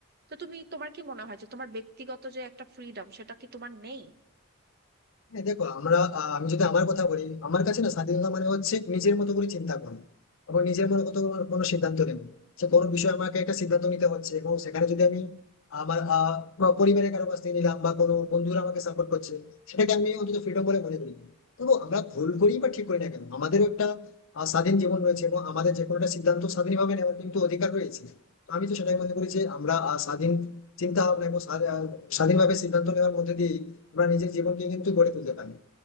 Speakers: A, on the right; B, on the left.
A: তো তুমি তোমার কি মনে হয় যে তোমার ব্যক্তিগত যে একটা ফ্রিডম সেটা কি তোমার নেই
B: হ্যাঁ দেখো আমরা আহ, আমি যদি আমার কথা বলি আমার কাছে না স্বাধীনতা মানে হচ্ছে নিজের মতো করে চিন্তা করা এবং নিজের মতো করে কোনো কোনো সিদ্ধান্ত নেব সে কোনো বিষয়ে আমাকে একটা সিদ্ধান্ত নিতে হচ্ছে এবং সেখানে যদি আমি আমার আহ, বা পরিবারের কারো কাছ থেকে নিলাম বা কোনো বন্ধুরা আমাকে সাপোর্ট করছে সেটাকে আমি অন্তত ফ্রিডম বলে মনে করি তবু আমরা ভুল করি বা ঠিক করি না কেন আমাদেরও একটা আহ, স্বাধীন জীবন রয়েছে এবং আমাদের যে কোনো একটা সিদ্ধান্ত স্বাধীনভাবে নেওয়ার কিন্তু অধিকার রয়েছে তো আমি তো সেটাই মনে করি যে আমরা আহ, স্বাধীন চিন্তা ভাবনা এবং স্বা- আহ, স্বাধীনভাবে সিদ্ধান্ত নেওয়ার মধ্যে দিয়ে আমরা নিজের জীবনকে কিন্তু গড়ে তুলতে পারি